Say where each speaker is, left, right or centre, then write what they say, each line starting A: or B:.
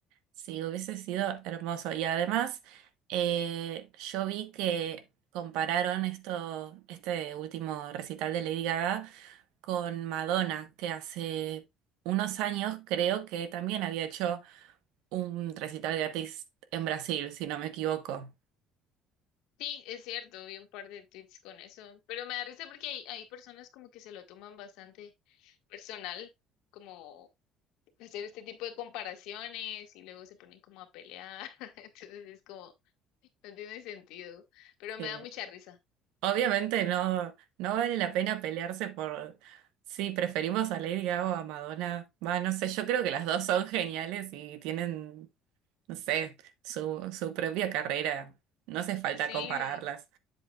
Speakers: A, on the right (about 80°); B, on the left (about 75°).
A: Sí, hubiese sido hermoso. Y además, eh, yo vi que compararon esto, este último recital de Lady Gaga con Madonna, que hace unos años creo que también había hecho un recital gratis en Brasil, si no me equivoco.
B: Sí, es cierto, vi un par de tweets con eso, pero me da risa porque hay, hay personas como que se lo toman bastante personal, como hacer este tipo de comparaciones y luego se ponen como a pelear, <laughs> entonces es como, no tiene sentido, pero
A: Sí.
B: me da mucha risa.
A: Obviamente no, no vale la pena pelearse por si preferimos a Lady Gaga o a Madonna. Va, no sé, yo creo que las dos son geniales y tienen no sé, su, su propia carrera. No hace falta
B: Sí,
A: compararlas.